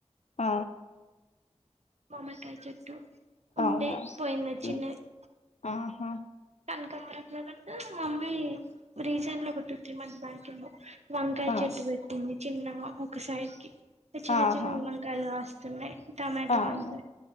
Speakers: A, on the left (about 75°); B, on the right (about 70°).
A: ఆ
B: మామకాయ చెట్టు
A: అవునా
B: ఉండే పోయింది
A: ఉమ్,
B: <unintelligible>
A: ఆహా
B: కనకావరం <unintelligible> ఒక టూ త్రీ మంత్స్ బ్యాక్ ఏమో వంకాయ్
A: ఆ
B: చెట్టు పెట్టింది చిన్న ఒక సైడ్ కి చిన్న
A: ఆహా
B: చిన్న <unintelligible> కాయలు కాస్తున్నాయ్ టమాటో
A: అవును
B: అంట